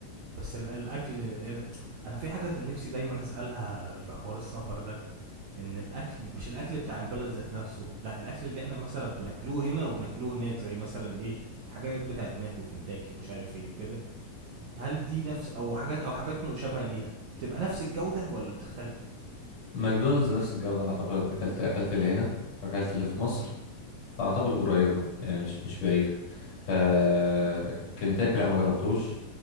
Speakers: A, on the right; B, on the left.
A: بس ال... الاكل إيه، انا في حاجه كان نفسي دايما اسالها في حوار السفر ده ان الاكل مش الاكل بتاع البلد ذات نفسه لا الاكل اللي احنا مثلا بناكلوه هنا وبناكلوه هناك زي مثلا ايه الحاجات بتاعت ماك وكنتاكي ومش عارف ايه وكده هل دي نفس او حاجات او حاجات مشابهه ليها بتبقى نفس الجوده ولا بتختلف
B: ماكدونالدز نفس الجوده اعتقد انا اكلت اكلت اللي هنا واكلت اللي في مصر
A: مم.
B: فاعتقد قريبه يعني مش مش بعيده آه كنتاكي لا ما جربتوش